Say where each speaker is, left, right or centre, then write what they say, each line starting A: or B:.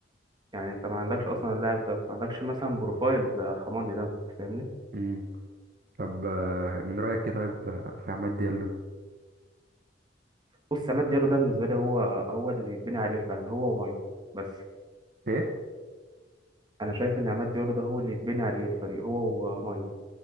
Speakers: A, on the right (about 25°); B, on the right (about 50°).
A: يعني انت ما عندكش اصلا اللاعب ده ما عندكش مثلا بروفايل آه، حماني ده فاهمني
B: امم طب آه، من رايك ايه طيب آه، في عماد ديالو
A: بص عماد ديالو ده بالنسبة لي هو هو اللي يتبني عليه فعلا هو وماينو بس
B: ايه
A: أنا شايف إن عماد ديالو ده هو اللي يتبني عليه الفريق هو وماينو